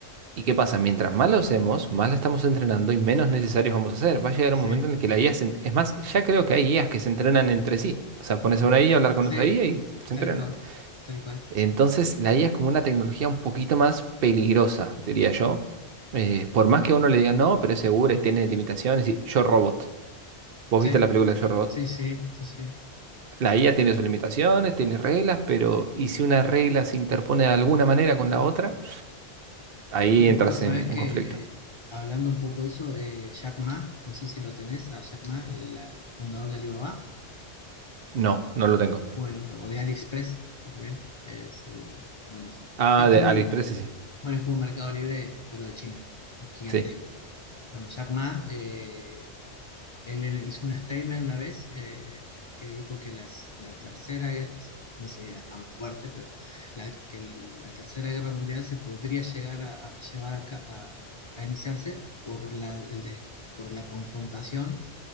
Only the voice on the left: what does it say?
Sí,
sí,
tal
cual, tal cual.
Sí,
sí, sí, sí, sí.
Bueno,
vos sabés
que,
eh, hablando un poco de eso, eh, Jack Ma, no sé si lo tenés, a Jack Ma, el eh, fundador de Alibaba.
Bueno, o de AliExpress, que también es el, bueno, es, un-
es como
un,
bueno, es como un Mercado Libre, pero de China, gigantesco.
Bueno, Jack Ma, eh, él hizo un statement una vez eh, que dijo que las, la tercera, guerra- no sé si era tan fuerte, pero la, que el- la tercera guerra mundial se podría llegar a, a llevar a, ca- a- a iniciarse por la, el de- por la confrontación